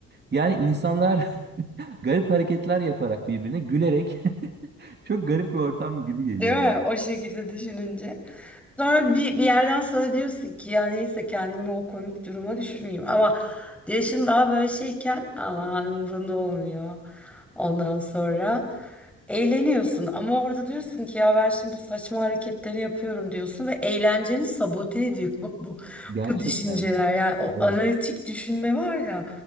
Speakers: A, on the right (about 35°); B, in the centre.
A: Yani insanlar <laughs> garip hareketler yaparak birbirine gülerek <laughs> çok garip bir ortam gibi geliyor
B: Değil mi?
A: bana.
B: O şekilde düşününce. Sonra bir, bir yerden sonra diyorsun ki ya neyse kendimi o komik duruma düşürmeyeyim. Ama yaşın daha böyle şeyken aman umurunda olmuyor. Ondan sonra eğleniyorsun. Ama orada diyorsun ki ya ben şimdi bu saçma hareketleri yapıyorum diyorsun. Ve eğlenceni sabote ediyor <laughs> bu,
A: Gerçekten.
B: bu düşünceler. Yani o
A: Evet,
B: analitik düşünme var ya